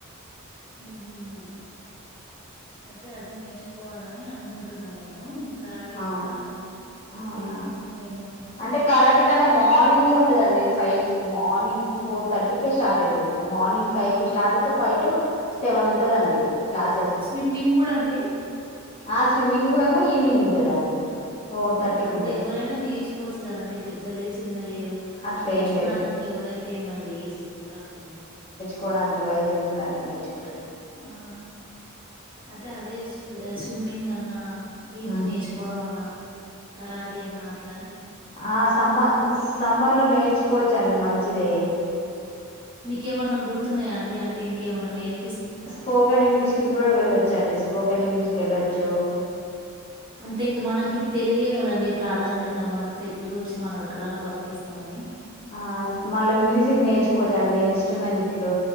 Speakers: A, on the right; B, on the left.
A: ఊహు మే అది న ఎంచుకోవాలని అనుకుంటున్నా నేను కరాటీ
B: అవును
A: అట్లా ఇంకేమన్నా
B: అవునా
A: ఉన్నాయేమో అనేసి
B: అంటే కరాటికంటే మార్నింగ్ ఉంటదండి ఫై కి మార్నింగ్ ఫోర్ థర్టీకే స్టార్ట్ అయితది మార్నింగ్ ఫైకి
A: ఆ
B: స్టార్ట్ అయితే ఫైటు సెవెన్ ఉంటదండి క్లాసెస్
A: స్విమ్మింగ్ కూడా అండి
B: ఆ స్విమ్మింగ్ ఏమో ఈవినింగ్ ఉంటదండి ఫోర్
A: ఆ
B: థర్టీకి
A: అంటే
B: ఉంటది
A: ఎవరైనా నేర్చుకోవచ్చు కదండి పెద్ద లేదు చిన్న లేదు
B: అట్లా
A: నేర్చుకోవడానికి
B: ఏం లేదు
A: ఎవరైతే ఏందండి ఏజ్ ప్రకారం
B: కోడానికి వయసు ఎందుకండి నేర్చుకో
A: ఆ అదే అదే సు నువ్వే స్విమ్మింగ్ అన్న ఈత
B: ఉమ్.
A: నేర్చుకోవడం అన్నా కరాఠీ అన్నా అట్లే
B: ఆ సమ్మ
A: మీకేమన్నా
B: సమ్మర్ లో నేర్చుకోవచ్చండి మంచిదే
A: మీకేమన్నా గుర్తున్నాయా అండి అంటే ఇంకేమన్నా నేర్
B: స్పోకెన్ ఇంగ్లీష్ కి కూడా వెళ్ళొచ్చండి స్పోకెన్ ఇంగ్లీష్ కేల్లచ్చు
A: అంటే ఇగా మనకి తెలుగే కదండి ప్రాధాన్యత మనకు తె తెలుగు వచ్చి మనం ఎక్కడైనా బతికేస్తామని
B: ఆ మళ్ళ మ్యూజిక్ నేర్చుకోవచ్చండి ఇస్ ఇన్స్టుమెంట్లు